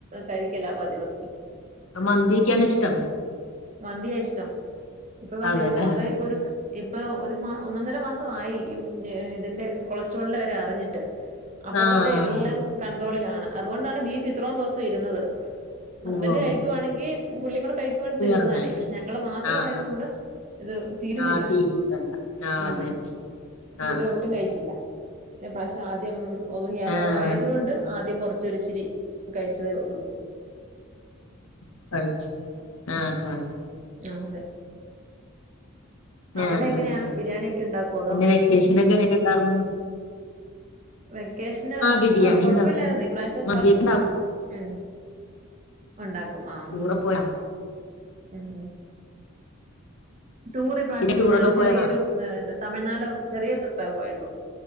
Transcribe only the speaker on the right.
കഴിക്കല പതിവ്
മന്തിയ ഇഷ്ടം ഇപ്പൊ പറഞ്ഞതിലെ
ഇപ്പൊ പൊതുവെ ഇപ്പൊ ഒരു ഇപ്പൊ ഒരു മാ ഒന്ന ഒന്നര മാസോയി <unintelligible> ഇതിന്റെ കൊളസ്ട്രോളിന്റെ കാര്യം അറിഞ്ഞിട്ട് അപ്പ
തൊട്ടേ എല്ലാം കൺട്രോളിലാണ് അതുകൊണ്ടാണ് ബീഫ് ഇത്രോം ദിവസം ഇരുന്നത് ഹസ്ബണ്ട്
കഴിക്കുവാണെങ്കിൽ പുള്ളി കൂടെ കഴിക്കുവാണ
തീർന്നാനെ പക്ഷെ ഞങ്ങള് മാത്രമായതു
കൊണ്ട് ഇത് തീരുന്നില്ല
ഉം
പുള്ളി ഒട്ടും കഴിച്ചില്ല പ്രാവശ്യം ആദ്യം ഉള്ഹിയ അപ്പം
ആയതു
കൊണ്ട് ആദ്യം കൊറച്ചൊരിച്ചിരി കഴിച്ചതേ ഉള്ളൂ
ആ അതെ അവിടെ
എങ്ങനെയാ
ബിരിയാണി ഒക്കെ ഉണ്ടാക്കുവോ അതോ
വെക്കേഷന് ആഹ്
ആഹ് കൊഴപ്പമില്ലാരുന്ന്
ഈ പ്രാവശ്യം
പ
ഉം ഉണ്ടാക്കും ആഹ്
ഉം ടൂറ് ഈ പ്രാവശ്യം
ഞങ്ങള് ചെറിയൊരു
തമിഴ്നാട് ചെറിയ ട്രിപ്പേ പോയുള്ളു